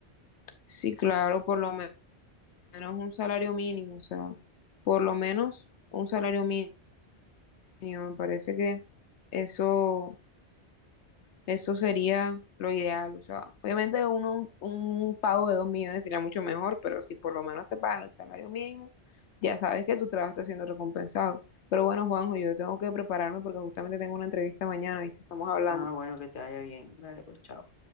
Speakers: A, on the left; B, on the left.
A: Sí, claro, por lo me- menos un salario mínimo, o sea, por lo menos un salario mínimo, me parece que eso Eso sería lo ideal. O sea, obviamente uno, un un pago de dos millones sería mucho mejor, pero si por lo menos te pagan el salario mínimo, ya sabes que tu trabajo está siendo recompensado. Pero bueno, Juanjo, yo tengo que prepararme porque justamente tengo una entrevista mañana, ¿viste? Estamos hablando.
B: Ah, bueno, que te vaya bien. Dale, pues chao.